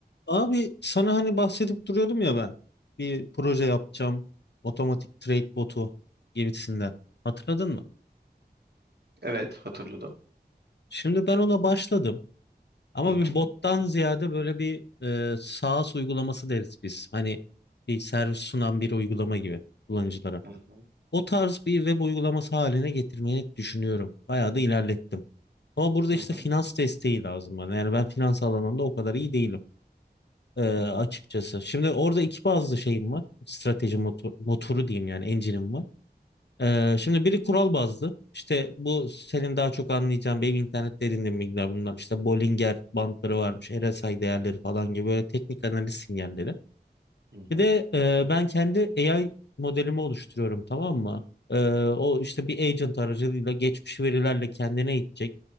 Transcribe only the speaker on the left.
Abi sana hani bahsedip duruyordum ya ben. Bir proje yapacağım. Otomatik trade botu gibisinden. Hatırladın mı?
Şimdi ben ona başladım. Ama
bir bottan ziyade böyle bir e, SaaS uygulaması deriz biz. Hani bir servis sunan bir uygulama gibi kullanıcılara.
O tarz bir web uygulaması haline getirmeyi düşünüyorum. Bayağı da ilerlettim. Ama burada
işte
finans desteği lazım bana. Yani ben finans alanında o kadar iyi değilim. Ee,
açıkçası.
Şimdi orada iki bazlı şeyim var. Strateji motor- motoru diyeyim yani engine'im var. Ee, şimdi biri kural bazlı. İşte bu senin daha çok anlayacağın benim internette edindiğim bilgiler bunlar. İşte Bollinger bandları varmış, RSI değerleri falan gibi böyle teknik analiz sinyalleri.
Bir de e, ben kendi AI modelimi oluşturuyorum tamam mı? Ee, o işte bir agent aracılığıyla geçmiş verilerle kendine eğitecek